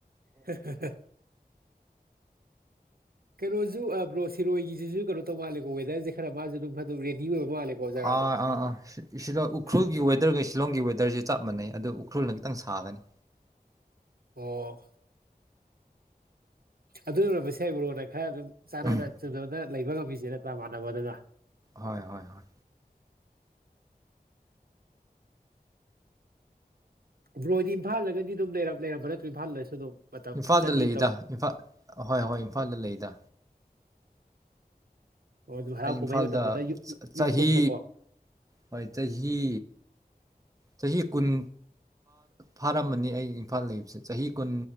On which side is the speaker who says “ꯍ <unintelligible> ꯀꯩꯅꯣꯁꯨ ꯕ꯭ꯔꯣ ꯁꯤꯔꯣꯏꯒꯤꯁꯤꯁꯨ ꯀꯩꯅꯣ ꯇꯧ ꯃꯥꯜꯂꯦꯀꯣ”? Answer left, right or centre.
Right